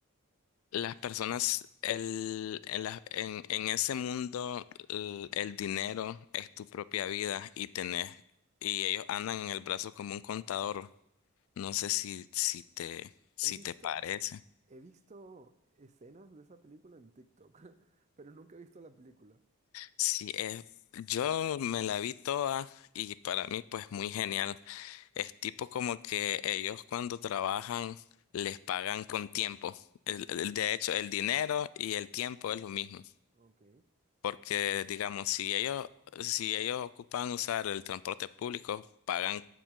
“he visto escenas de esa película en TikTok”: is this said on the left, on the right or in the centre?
Right